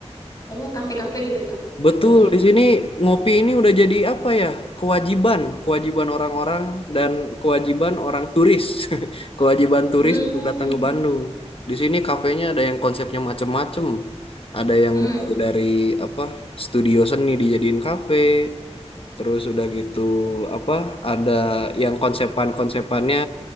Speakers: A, on the left; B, on the left.
A: Oh kafe-kafe gitu kak
B: Betul,
A: banyak ya.
B: di sini ngopi ini udah jadi apa ya? Kewajiban, kewajiban orang-orang dan kewajiban orang turis. <laughs> Kewajiban turis
A: Hmm.
B: untuk datang ke Bandung. Di sini kafenya ada yang konsepnya macem-macem. Ada yang
A: Mm-mm.
B: mulai dari apa? Studio seni dijadiin kafe, terus udah gitu apa? Ada yang konsepan-konsepannya